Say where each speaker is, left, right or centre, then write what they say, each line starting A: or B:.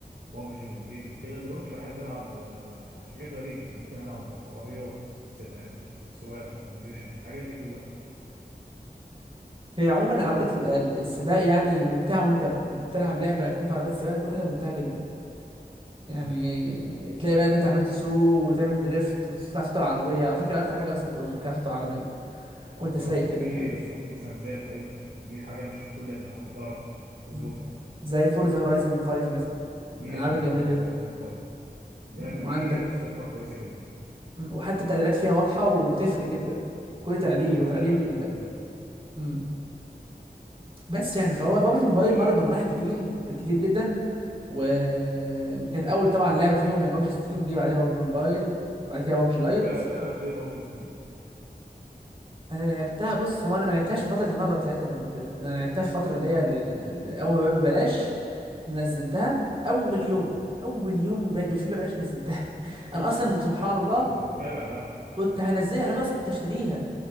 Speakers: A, on the right; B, on the right.
A: بابجي وايم وكده دلوقتي بحب العب آه، حاجات غريبة يعني ممكن العب عربيات سباقات سواقة سيموليشن الحاجات دي كلها
B: هي عموما عربيات ال- ال- السباق يعني ممتعه وانت بتلعب لعبه يكون في عربيات سباق تكون حاجه ممتعه جدا يعني
A: تمام
B: تلاقي بقى ان انت عمال تسوق وتعمل دريفت وتسمع صوت العربيه على فكره اكتر حاجه اصلا بتبقى ممتعه صوت العربيه
A: اه
B: وانت
A: طبعا
B: سايق
A: لو
B: كده
A: في
B: فاهم
A: صوت مثلا زي الحقيقة دي حاجة مش كل الالعاب بتعرف تظبطها
B: مم. زي فورزا هورايزن 5 مثلا
A: دي
B: الالعاب
A: عندي
B: الجميله
A: فورزا
B: جدا
A: رايزن 5 اللعبة
B: مم. وعندك
A: دي اصواتها كويسة جدا
B: مم. وحتى التعديلات فيها واضحه وبتفرق جدا كل
A: صح
B: تعديل
A: بتعلمك
B: وتعديل
A: التعديلات
B: مم. بس يعني فهو بابجي موبايل
A: ماشي
B: مرت بمراحل كتير كتير جدا وكانت اول طبعا لعبه فيهم هي بابجي ستيم جه بعدها بابجي موبايل وبعد كده بابجي لايت
A: وانت لعبتها قد ايه بابجي ستيم
B: انا لعبتها بص هو انا ما لعبتهاش في فتره النهضه بتاعتها زي ما قلت لك انا لعبتها في فتره اللي هي ال- ال- ال- اول ما بقى ببلاش نزلتها اول يوم اول يوم بقت بفي ببلاش نزلتها <laughs> انا اصلا سبحان الله
A: انت كنت متابع بقى
B: كنت هنزلها انا اصلا كنت اشتريها